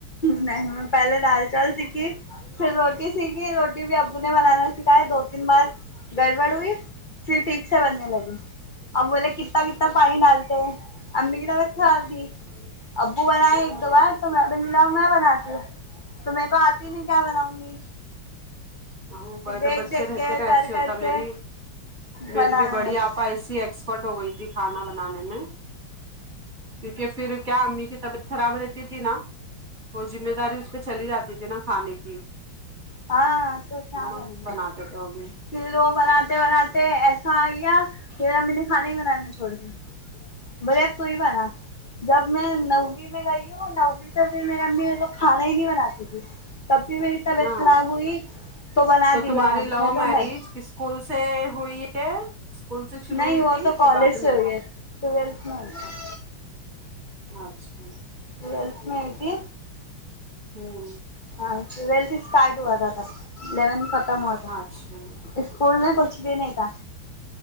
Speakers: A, on the left; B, on the right.
A: نہیں میں پہلے دال چاول سیکھی پھر روٹی سیکھی روٹی بھی ابو نے بنانا سکھایا دو تین بار گڑبڑ ہوئی پھر ٹھیک سے بننے لگی اب بولے کتا کتا پانی ڈالتے امی کی طبیعت خراب تھی ابو بنائے ایک دو بار تو میں لاؤ میں بناتی ہوں تو میرے کو آتی میں کیا بناؤں گی
B: وہ بے
A: پھر دیکھ
B: بچے
A: دیکھ
B: رہتے
A: کے
B: نا
A: کر
B: ایسے ہوتا
A: کر کے
B: میری میری
A: بنانے
B: بھی بڑی
A: لگے
B: آپا ایسی ایکس ایکسپرٹ ہو گئی تھی کھانا بنانے میں کیونکہ پھر کیا امی کی طبیعت خراب رہتی تھی نا وہ ذمہ داری اس پہ چلی جاتی تھی نا کھانے کی
A: ہاں تو کیا
B: مست
A: کریں
B: بنا
A: گے
B: دیتے ہو گے
A: پھر وہ بناتے بناتے ایسا آ گیا پھر ہم میں نے کھانا ہی بنانا چھوڑ دیا بولے اب تو ہی بنا جب میں نووی میں گئی ہوں نووی سے بھی میری امی تو کھانا ہی نہیں بناتی تھی تب بھی میری طبیعت
B: ہاں
A: خراب ہوئی بنا
B: تو
A: دی
B: تمہاری
A: بنا
B: لو
A: دی نہیں
B: میرج
A: تو نہیں
B: اسکول سے ہوئی ہے سے شروع
A: نہیں
B: ہوئی
A: وہ
B: تھی
A: تو کالج
B: کہ بعد
A: سے
B: میں
A: ہوئی ہے ٹویلتھ پاس
B: اچھا اچھا
A: ٹویلتھ میں ہوئی تھی
B: ہوں
A: ہاں ٹویلتھ ہی اسٹارٹ ہوا تھا تب الیون ختم ہوا تھا
B: اچھا
A: اسکول میں کچھ بھی نہیں تھا